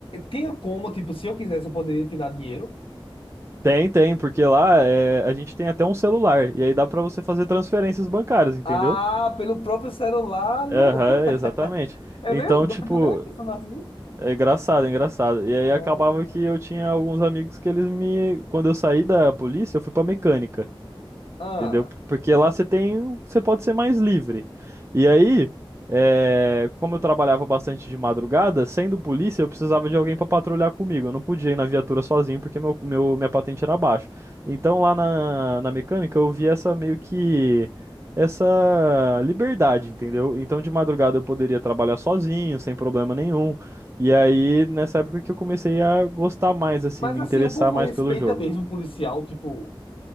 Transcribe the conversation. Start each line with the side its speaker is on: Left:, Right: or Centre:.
Left: Tinha como, tipo, se eu quisesse, eu poderia te dar dinheiro?
Right: Tem, tem, porque lá é, a gente tem até um celular, e aí dá pra você fazer transferências bancárias, entendeu?
Left: Ah, pelo próprio celular no...
Right: Aham,
Left: <laughs>
Right: exatamente.
Left: É
Right: Então,
Left: meio doido,
Right: tipo,
Left: né? Pensando assim.
Right: é engraçado, é engraçado. E aí
Left: Ah,
Right: acabava que eu tinha alguns amigos que eles me. Quando eu saí da polícia, eu fui pra mecânica
Left: ah.
Right: entendeu? Porque lá você tem, você pode ser mais livre. E aí, é, como eu trabalhava bastante de madrugada, sendo polícia, eu precisava de alguém para patrulhar comigo. Eu não podia ir na viatura sozinho porque meu, meu- minha patente era baixa. Então lá na, na mecânica eu vi essa meio que essa liberdade, entendeu? Então de madrugada eu poderia trabalhar sozinho, sem problema nenhum. E aí nessa época que eu comecei a gostar mais assim,
Left: Mas
Right: me
Left: assim,
Right: interessar
Left: o povo
Right: mais
Left: respeita
Right: pelo jogo.
Left: mesmo o policial, tipo.